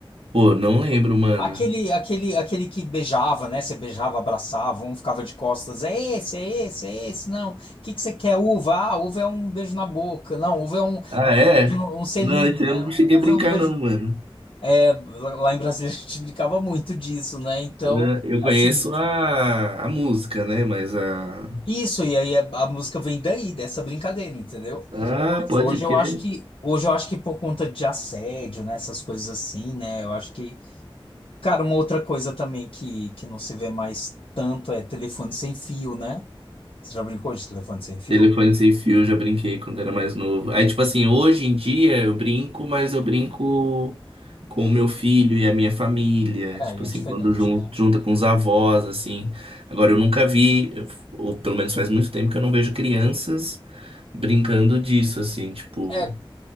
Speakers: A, on the right; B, on the left.
A: Pô, não lembro, mano.
B: Aquele, aquele, aquele que beijava, né? Você beijava, abraçava, um ficava de costas. É esse, é esse, é esse. Não. O que que você quer? Uva? Ah, uva é um beijo na boca. Não, uva é um,
A: Ah,
B: é um,
A: é?
B: um selinho,
A: Não, isso
B: né?
A: eu não cheguei
B: Uva
A: a brincar,
B: é um beijo.
A: não, mano.
B: É, lá lá em Brasília <laughs> a gente brincava muito disso, né? Então,
A: É, Eu
B: assim,
A: conheço a, a música, né? Mas a.
B: Isso, e aí a, a música vem daí, dessa brincadeira, entendeu?
A: Ah,
B: Mas
A: pode
B: hoje eu
A: crer.
B: acho que, hoje eu acho que por conta de assédio, né, essas coisas assim, né, eu acho que, cara, uma outra coisa também que, que não se vê mais tanto é telefone sem fio, né? Você já brincou de telefone sem fio?
A: Telefone sem fio, eu já brinquei quando era mais novo. Aí, tipo assim, hoje em dia eu brinco, mas eu brinco com o meu filho e a minha família.
B: É,
A: Tipo
B: aí
A: assim,
B: é diferente.
A: quando jun-
B: né?
A: junta com os avós, assim. Agora, eu nunca vi, eu- ou pelo menos faz muito tempo que eu não vejo crianças brincando disso, assim, tipo.
B: É,